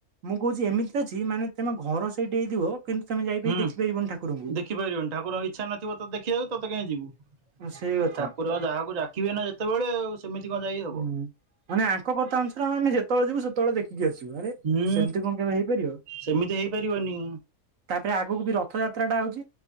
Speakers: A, on the right (about 65°); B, on the right (about 40°).
A: ମୁଁ କହୁଛି ଏମିତି ଅଛି ମାନେ ତମେ ଘର ସେଇଠି ହେଇଥିବ କିନ୍ତୁ ତମେ ଯାଇିକି
B: ହୁଁ
A: ଦେଖିପାରିବନି ଠାକୁରଙ୍କୁ।
B: ଦେଖିପାରିବନି ଠକୁରଙ୍କ ଇଚ୍ଛା ନଥିବ ତ ଦେଖିଵାକୁ ତତେ କାହିଁକି ଯିବୁ।
A: ସେଇ କଥା
B: ଠାକୁର ଯାହାକୁ ଡାକିବେ ନା ଯେତେବେଳେ ଆଉ ସେମିତି କଣ ଯାଇ ହବ।
A: ହୁଁ। ମାନେ ଆଙ୍କ କଥା ଅନୁସାରେ ଆମେ ଯେତେବେଳେ ଯିବୁ ସେତେବେଳେ ଦେଖିକି ଆସିବୁ ଆରେ
B: ହୁଁ।
A: ସେମିତି କଣ କେବେ ହେଇପାରିବ।
B: ସେମିତି ହେଇପାରିବନି।
A: ତାପରେ ଆଗକୁ ବି ରଥଯାତ୍ରାଟା ଆଉଚି।